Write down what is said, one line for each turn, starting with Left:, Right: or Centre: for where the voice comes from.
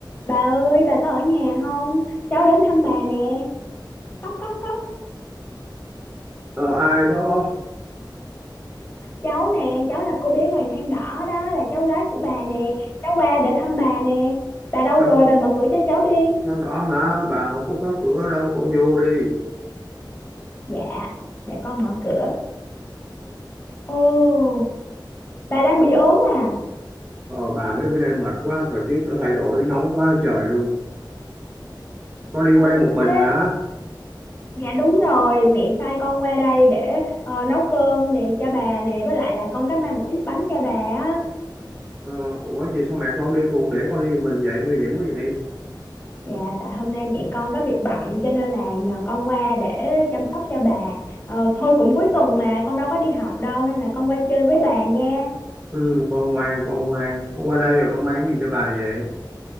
Left: Bà ơi, bà có ở nhà không? Cháu đến thăm bà nè. Cốc cốc cốc,
Right: Ờ, ai đó
Left: cháu nè, cháu là cô bé Hoàng khăn đỏ đó, là cháu gái của bà nè. Cháu qua để thăm bà nè. Bà đâu
Right: thằng
Left: rồi? Bà mở cửa cho cháu đi.
Right: thằng đó hả bà không có khóa cửa đâu con vô đi
Left: Dạ, để con mở cửa. Ồ, bà đang bị ốm à?
Right: ờ, bà mấy bữa nay mệt quá thời tiết nó thay đổi nóng quá trời luôn con đi qua
Left: Ờ,
Right: đây một mình
Left: thế,
Right: hả
Left: dạ đúng rồi, mẹ sai con qua đây để ờ, nấu cơm nè cho bà nè, với lại là con có mang một ít bánh cho bà á.
Right: ờ, ủa vậy sao mẹ con không đi cùng để con đi một mình vậy nguy hiểm quá vậy
Left: Dạ, tại hôm nay mẹ con có việc bận cho nên là nhờ con qua để chăm sóc cho bà. Ờ, thôi cũng cuối tuần mà con đâu có đi học đâu nên là con qua chơi với bà nha.
Right: ừ, con ngoan con ngoan con qua đây rồi con mang cái gì cho bà vậy